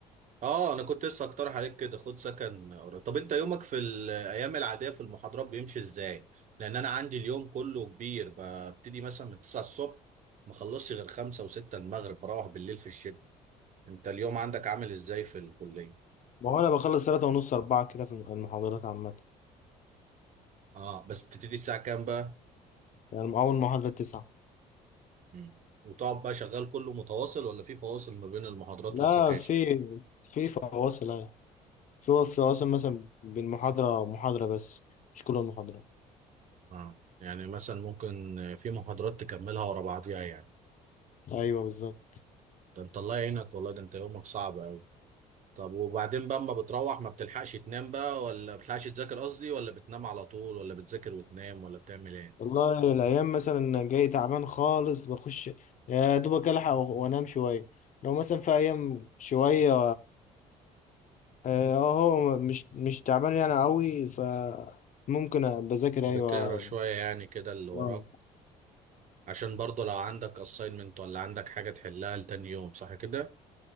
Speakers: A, on the right (about 50°); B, on the left (about 55°).
A: اه انا كنت لسه اقترح عليك كده خد سكن قريب طب انت يومك في الايام العاديه في المحاضرات بيمشي ازاي لان انا عندي اليوم كله كبير ببتدي مثلا من 9 الصبح ما اخلصش غير 5 و6 المغرب بروح بالليل في الشتاء انت اليوم عندك عامل ازاي في الكليه
B: ما هو انا بخلص ثلاثة ونص أربعة كده في المحاضرات عامة
A: اه بس بتبتدي الساعه كام بقى
B: يعني من أول محاضرة تسعة
A: مم. وتقعد بقى شغال كله متواصل ولا في فواصل ما بين المحاضرات
B: لا
A: والسكاشن
B: في في فواصل أيوة في فواصل مثلا بين محاضرة ومحاضرة بس مش كل المحاضرات
A: اه يعني مثلا ممكن في محاضرات تكملها ورا بعضيها يعني
B: أيوة بالظبط
A: ده انت الله يعينك والله ده انت يومك صعب طب وبعدين بقى اما بتروح ما بتلحقش تنام بقى ولا بتلحقش تذاكر قصدي ولا بتنام على طول ولا بتذاكر وتنام ولا بتعمل ايه
B: والله الأيام مثلا جاي تعبان خالص بخش يا دوبك ألحق و- وأنام شوية لو مثلا في أيام شوية آه، هو مش مش تعبان يعني أوي فممكن بذاكر
A: بتقرا
B: أيوة
A: شوية يعني كده اللي وراك
B: آه،
A: عشان برضه لو عندك assignment ولا عندك حاجة تحلها لتاني يوم صح كده